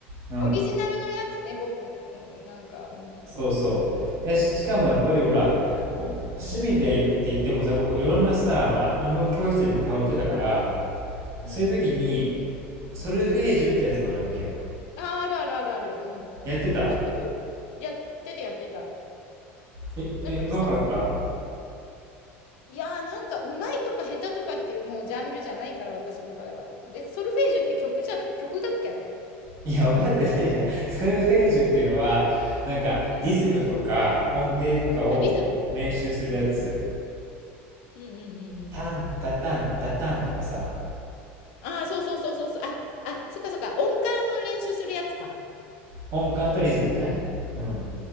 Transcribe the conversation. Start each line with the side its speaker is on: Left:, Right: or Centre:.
Right: うん。
Left: オリジナルのやつね、僕の、なんか、うん。
Right: そうそう。
Left: そういうのが。
Right: いや、しかもやっぱりほら、お趣味でって言ってもさ、僕いろんなさ、ほら、音楽教室にも通ってたから、
Left: うん、うん、
Right: そういう時に、ソルフェージュってやつもあるわけよ。
Left: うん。ああ、あるあるあるある。うん。
Right: やってた
Left: 知ってるよ。やってたやってた。
Right: え、
Left: なんか基礎のね。
Right: え、うまかった
Left: いやーなんかうまいとか下手とかっていうもうジャンルじゃないから私の場合は。で、ソルフェージュって曲じゃ、曲だっけあれ。
Right: いや、分かってないじゃん。<laughs> ソルフェージュっていうのは、なんか、
Left: うん。
Right: リズムとか音程とかを練習するやつ。
Left: あ、リズムとかだよね。うん。うんうんうんうんうんうんうん。
Right: タン、タタン、タタンとかさ、
Left: ああ、そうそうそうそうそう。あ、あ、そっかそっか。音感を練習するやつか。
Right: 音感とリズムね。うん。